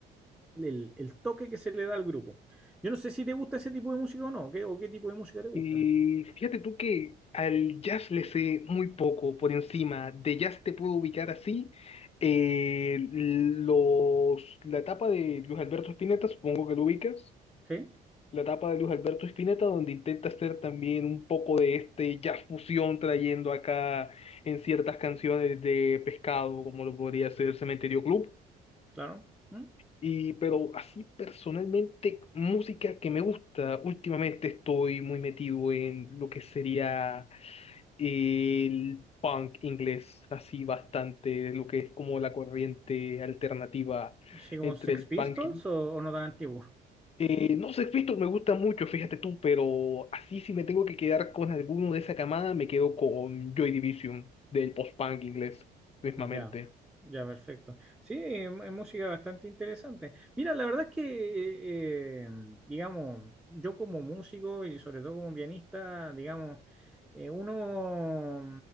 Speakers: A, in the centre; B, on the left (about 35°).
A: el, el toque que se le da al grupo. Yo no sé si te gusta ese tipo de música o no, ¿qué, o qué tipo de música te gusta.
B: Y fíjate tú que al jazz le sé muy poco por encima. De jazz te puedo ubicar así. eh, los, la etapa de Luis Alberto Spinetta, supongo que lo ubicas.
A: ¿Sí?
B: La etapa de Luis Alberto Spinetta, donde intenta hacer también un poco de este jazz fusión, trayendo acá en ciertas canciones de Pescado, como lo podría ser Cementerio Club.
A: Claro. ¿Mm?
B: Y, pero así personalmente, música que me gusta, últimamente estoy muy metido en lo que sería el punk inglés, así bastante, lo que es como la corriente alternativa
A: ¿Así como
B: entre
A: Sex
B: el
A: Pistols
B: punking.
A: o, o no tan antiguo?
B: Eh, no sé, Cristo, me gusta mucho, fíjate tú, pero así si me tengo que quedar con alguno de esa camada, me quedo con Joy Division, del post-punk inglés, mismamente.
A: Ya, ya, perfecto. Sí, em- es música bastante interesante. Mira, la verdad es que, eh, eh, digamos, yo como músico y sobre todo como pianista, digamos, eh, uno,